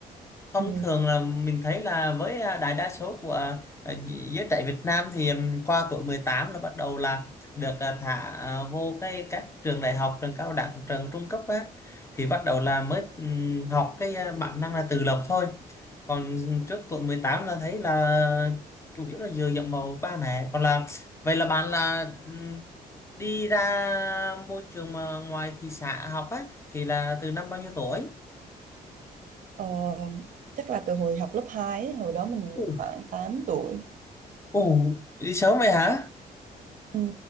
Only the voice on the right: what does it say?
Ừ.
Ờ, chắc là từ hồi học lớp 2 ấy, hồi đó mình
khoảng tám tuổi
Ừ,